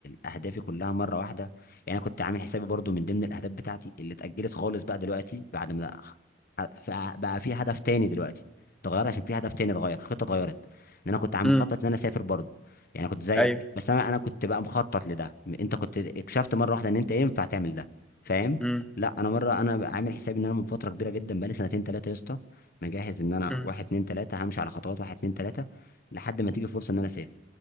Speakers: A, on the left; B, in the centre.
A: اهدافي كلها مره واحده يعني انا كنت عامل حسابي برضو من ضمن الاهداف بتاعتي اللي اتاجلت خالص بقى دلوقتي بعد ما لا- ف- بقى في هدف تاني دلوقتي اتغير عشان في هدف تاني اتغير خطه اتغيرت ان انا كنت عم
B: امم
A: مخطط ان انا اسافر برضو يعني كنت زيك
B: ايوه
A: بس انا انا كنت بقى مخطط لده م- انت كنت اكتشفت مره واحده ان انت ينفع تعمل ده فاهم
B: امم
A: لا انا مره انا عامل حسابي ان انا من فتره كبيره جدا بقالي سنتين ثلاثه يا اسطى مجهز ان انا
B: امم
A: واحد اتنين تلاته همشي على خطوات واحد اتنين تلاته لحد ما تيجي فرصه ان انا اسافر